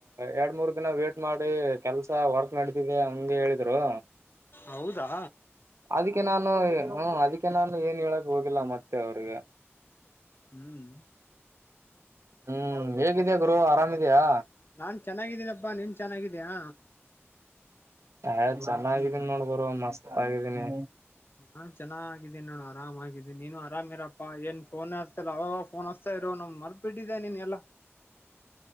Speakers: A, on the right; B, on the left.
A: ಎರಡ್ ಮೂರ್ ದಿನ ವೇಟ್ ಮಾಡಿ ಕೆಲ್ಸ ವರ್ಕ್ ನಡಿತಿದೆ ಹಂಗೆ ಹೇಳಿದ್ರು.
B: ಹೌದಾ
A: ಅದಕ್ಕೆ ನಾನು ಹ್ಮ ಅದಿಕ್ಕೆ ನಾನು ಏನ್ ಹೇಳಕ್ ಹೋಗಿಲ್ಲ ಮತ್ತೆ ಅವ್ರಿಗೆ.
B: ಹ್ಮ್.
A: ಹ್ಮ್ ಹೇಗಿದಿಯ ಗುರು ಆರಾಮಿದಿಯಾ.
B: ನಾನ್ ಚೆನ್ನಾಗಿದ್ದೀನಪ್ಪಾ ನೀನ್ ಚೆನ್ನಾಗಿದೀಯಾ.
A: ಅಯ್ ಚೆನ್ನಾಗಿದೀನಿ ನೋಡ್ ಗುರು ಮಸ್ತ್ ಆಗಿದೀನಿ.
B: ನಾನ್ ಚೆನ್ನಾಗಿದ್ದೀನಿ ನೋಡು ಆರಾಮ ಆರಾಮಗಿದ್ದೀನಿ ನೀನು ಆರಾಮ್ ಇರಪ್ಪಾ ಏನ್ ಪೋನೆ ಹಚ್ತಿಲ್ಲ ಅವಾಗವಾಗ್ ಫೋನ್ ಹಚ್. ಚ್ಚ್ ನಮ್ ಮರ್ತ್ ಬಿಟ್ಟಿದಿಯ ನೀನೆಲ್ಲಾ.